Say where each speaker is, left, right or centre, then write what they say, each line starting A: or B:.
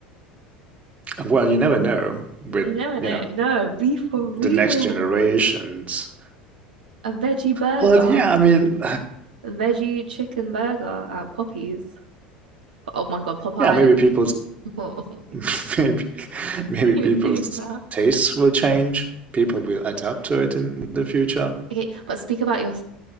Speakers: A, on the right; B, on the right.
A: Well, you never know with
B: You never
A: you
B: know.
A: know
B: No, be for real.
A: the next generations
B: A veggie burger,
A: Well, yeah, I mean,
B: a veggie chicken burger at Poppy's. Oh my God, Popeyes.
A: yeah, maybe people's
B: <laughs>
A: <laughs> maybe maybe
B: Keep
A: people's
B: doing that.
A: tastes will change. People will adapt to it in the future.
B: Okay, but speak about your.